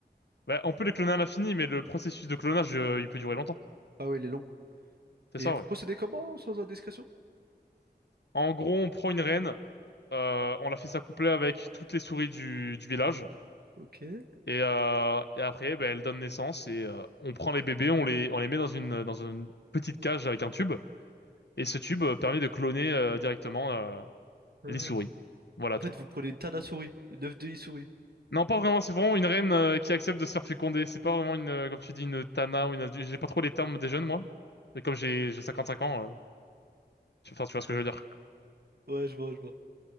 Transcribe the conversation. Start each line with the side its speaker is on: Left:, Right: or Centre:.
Left: Bah on peut les cloner à l'infini, mais le processus de clonage, euh, il peut durer longtemps.
Right: Ah ouais, il est long.
Left: C'est
Right: Et
Left: ça,
Right: vous
Left: ouais.
Right: procédez comment, sans indiscrétion?
Left: En gros, on prend une reine, euh, on la fait s'accoupler avec toutes les souris du du village.
Right: Ok.
Left: Et, euh, et après, ben, elle donne naissance et euh, on prend les bébés, on les, on les met dans une, dans une petite cage avec un tube. Et ce tube euh, permet de cloner euh, directement euh,
Right: Hmm.
Left: les souris. Voilà
Right: En
Left: tout.
Right: fait, vous prenez une Tana souris, une œuf de i souris.
Left: Non, pas vraiment, c'est vraiment une reine euh, qui accepte de se faire féconder. C'est pas vraiment une, euh, comme tu dis, une tana ou une... adulte. J'ai pas trop les termes des jeunes, moi. Mais comme j'ai j'ai 55 ans, euh, tu, enfin, tu vois ce que je veux dire.
Right: Ouais, je vois, je vois.